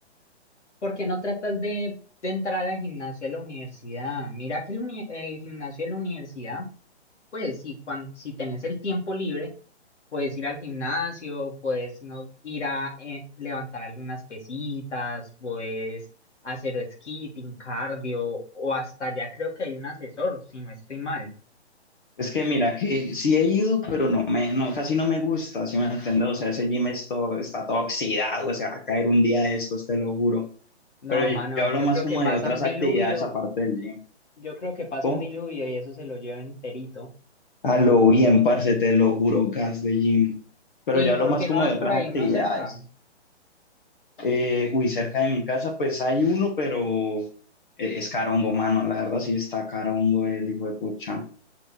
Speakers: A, on the left; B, on the left.
A: ¿Por qué no tratas de, de entrar al gimnasio de la universidad? Mira que el, uni- el gimnasio de la universidad, pues si, cuan- si tenés el tiempo libre, puedes ir al gimnasio, puedes no, ir a eh, levantar algunas pesitas, puedes hacer skipping, cardio, o hasta ya creo que hay un asesor, si no estoy mal.
B: Es que mira, que sí he ido, pero no me, no, casi no me gusta, si me entiendes? O sea, ese gym esto está todo oxidado, o sea, va a caer un día de estos, te lo juro.
A: No,
B: Pero yo,
A: mano,
B: yo hablo
A: yo
B: más
A: creo
B: como
A: que pasa
B: de otras
A: un diluvio,
B: actividades aparte del gym.
A: yo creo que pasa
B: Oh,
A: un diluvio y eso se lo lleva enterito.
B: a lo bien, parce, te lo juro, gas de gym. Pero
A: ¿Y
B: yo hablo
A: por
B: más
A: qué
B: como
A: no vas
B: de
A: por
B: otras
A: ahí
B: actividades.
A: uno cerca?
B: Eh, uy, cerca de mi casa, pues hay uno, pero eh, es carongo, mano, la verdad sí está carongo el hijo de pucha.